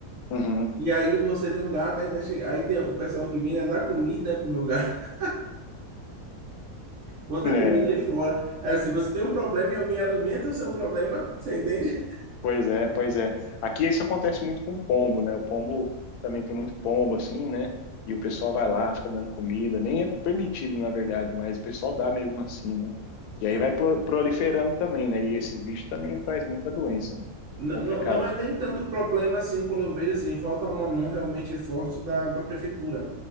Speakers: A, on the left (about 80°); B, on the right (about 55°).
A: Uhum.
B: E aí você tem um gato, ainda chega, aí tem o pessoal que vem né, dar comida pro meu gato, <laughs> bota
A: É.
B: comida aí fora. Aí assim, você tem um problema e alguém alimenta o seu problema, <laughs> você entende?
A: Pois é, pois é. Aqui isso acontece muito com pombo, né? O pombo também tem muito pombo, assim, né? E o pessoal vai lá, fica dando comida. Nem é permitido, na verdade, mas o pessoal dá mesmo assim, né? E aí
B: É.
A: vai pro- proliferando também, né? E esse bicho também faz muita doença. né?
B: Não,
A: Complicado.
B: não, não é nem tanto problema assim quando eu vejo assim, falta uma mão realmente forte da, da prefeitura.